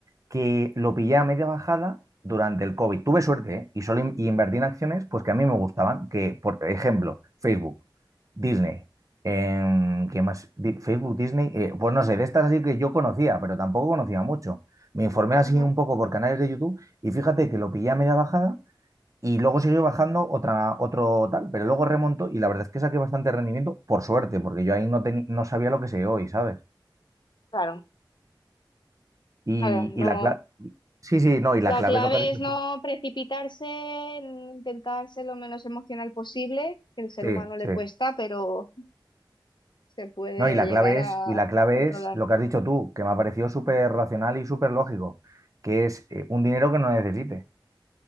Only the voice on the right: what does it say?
que lo pillé a media bajada durante el COVID. Tuve suerte, ¿eh? Y solo in- y invertí en acciones pues que a mí me gustaban, que por ejemplo, Facebook, Disney, em, ¿qué más? Di- Facebook, Disney, eh, pues no sé, de estas así que yo conocía, pero tampoco conocía mucho. Me informé así
un poco por canales de YouTube y fíjate que lo pillé a media bajada y luego siguió bajando otra, otro tal, pero luego remontó y la verdad es que saqué bastante rendimiento por suerte, porque yo ahí no, teni- no sabía lo que sé hoy, ¿sabes?
Y,
y la clave... Sí, sí, no, y
la clave
es lo que has dicho
tú.
Sí,
sí.
No, y la
clave
es, y la clave
es lo que has dicho tú, que me ha parecido súper racional y súper lógico, que es eh, un dinero que no necesite.